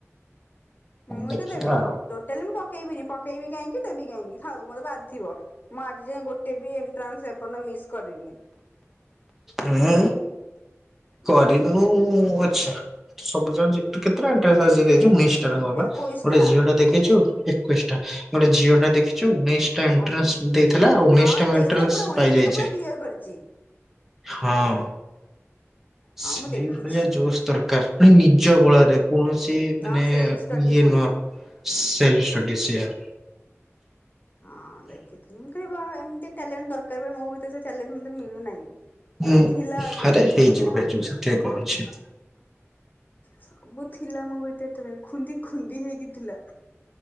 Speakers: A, on the left; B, in the centre.
A: ମୁଁ
B: ଦେଖିବା
A: ଏ ତ ଦେବିନି ଟୋଟାଲି ମୁଁ ପକେଇବିନି ପକେଇବି କାହିଁକି ଦେବି କାହିଁକି ଥାଉ ମତେ ବାଧିବ ମୁଁ ଆଜି ଯାଏଁ ଗୋଟେ ବି ଏଣ୍ଟ୍ରାନ୍ସର୍ଯ୍ୟନ୍ତ ମିସ୍ କରିନି
B: ହୁଁ।
A: ହୁଁ
B: କରିନୁ ଆଚ୍ଛା ସବୁ ଜାଣିଛୁ ତୁ କେତେଟା ଏଣ୍ଟ୍ରାନ୍ସ୍ ଆଜି ଯାଏ ଦେଇଛୁ <unintelligible>
A: ଏକୋଇଶଟା
B: ଗୋଟେ ଝିଅ ଟା ଦେଖିଛୁ ଏକୋଇଶ ଟା ଗୋଟେ ଝିଅ ଟା ଦେଖିଛୁ ଉଣେଇଶି ଉଣେଇଶ ଟା ଏଣ୍ଟାନ୍ସ
A: କଣ
B: ଦେଇଥିଲା ଉଣେଇଶ
A: ହଁ
B: ଟା ଯାକ
A: ଦେଇଥିଲା
B: ଏଣ୍ଟାନ୍ସ
A: ପୁରା ଉଣେଇଶ
B: ପାଇଯାଇଛି।
A: ଯାକ ପୁରା କ୍ଲିୟର କରିଛି।
B: ହଁ। ସେଇଭଳିଆ
A: ହଁ ମୁଁ ଦେଖିଛି
B: ଜୋସ୍ ଦରକାର ପୁଣି ନିଜ ବଳରେ କୌଣସି
A: ନା
B: ମାନେ
A: ସେଲ୍ଫ ଷ୍ଟଡି
B: ଇଏ
A: ପୁଣି
B: ନୂହଁ ସେଲ୍ଫ ଷ୍ଟଡି <unintelligible>
A: ହଁ ଦେଖି ମୁ <unintelligible> ଏମତି ଟାଲେଣ୍ଟ ଦରକାର ମୋ ବି ସେ ଟାଲେଣ୍ଟ ମୋତେ ମିଳୁନାହିଁ।
B: ହୁଁ
A: ଥିଲା ଆଗରୁ
B: ଆରେ ହେଇଯିବ ହେଇଯିବ ସେଥିପାଇଁ କଣ ଅଛି?
A: ସବୁ ଥିଲା ମୋ ଭିତରେ ଏତେ ଖୁନ୍ଦି ଖୁନ୍ଦି ହେଇକି ଥିଲା